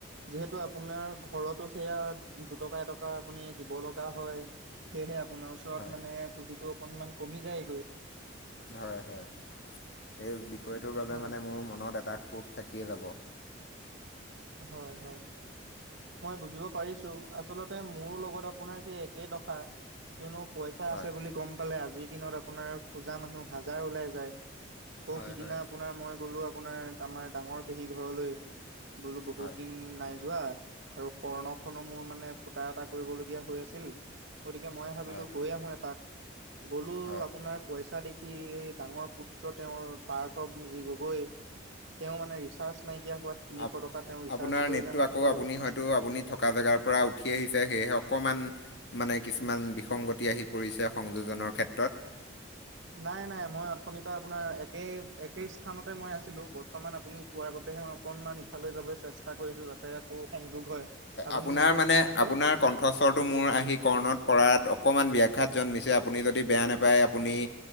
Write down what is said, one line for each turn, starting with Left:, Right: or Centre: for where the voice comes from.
Right: যিহেতু আপোনাৰ ঘৰতো সেয়া দুটকা এটকা আপুনি দিব লগা হয়। সেয়েহে আপোনাৰ ওচৰত
Left: হয়।
Right: মানে পুঁজিটো অকনমান কমি যায়গৈ।
Left: হয় হয়। সেই বিষয়টোৰ বাবে
Right: হয়
Left: মানে মোৰ মনত এটা খুব থাকিয়ে যাব।
Right: হয় হয়। বুজিব পাৰিছো আচলতে মোৰো লগত আপোনাৰ সেই একেই দশা, কিয়নো পইচা
Left: হয়।
Right: আছে বুলি গম পালে আজিৰ দিনত আ আপোনাৰ খোজা মানুহ হাজাৰ ওলাই যায়, সৌ
Left: হয়
Right: সিদিনা
Left: হয়।
Right: আপোনাৰ মই গ'লো আপোনাৰ আমাৰ ডাঙৰ পেহী ঘৰলৈ। বোলো বহুত
Left: হয়
Right: দিন নাই যোৱা। আৰু কৰ্ণখনো মোৰ মানে ফুটা এটা কৰিবলগীয়া হৈ আছিল। গতিকে মই ভাবিলো
Left: হয়
Right: গৈ আহো এপাক গ'লো
Left: হয়
Right: আপোনাৰ পইচা দেখি এই ডাঙৰ পুত্ৰ তেওঁৰ <unintelligible> তেওঁ মানে। ৰিচাৰ্ছ নাইকিয়া হোৱাত তিনিশ
Left: আ
Right: টকা তেওঁ ৰিচাৰ্জ
Left: আপোনাৰ
Right: কৰিলে
Left: নেটটো
Right: মোক
Left: আকৌ
Right: ক'লে
Left: আপুনি হয়তো আপুনি থকা জেগাৰ পৰা উঠি আহিছে সেয়েহে অকমান মানে কিছুমান বিসংগতি আহি পৰিছে সংযোজনৰ ক্ষেত্ৰত।
Right: নাই নাই মই অথনিৰ পৰা আপোনাৰ একেই একে স্থানতে মই আছিলোঁ। বৰ্তমান আপুনি। পোৱাৰ বাবেহে মই অকনমান ইফালে যাবলৈ চেষ্টা কৰিছোঁ। তাতে তাতে আকৌ সংযোগ হয়। আপুনি
Left: আপোনাৰ
Right: নিশ্চয়
Left: মানে
Right: শুনি আছে।
Left: আপোনাৰ কণ্ঠস্বৰটো মোৰ আহি কৰ্ণত পৰাত অকণমান ব্যাঘাত জন্মিছে। আপুনি যদি বেয়া নাপায়। আপুনি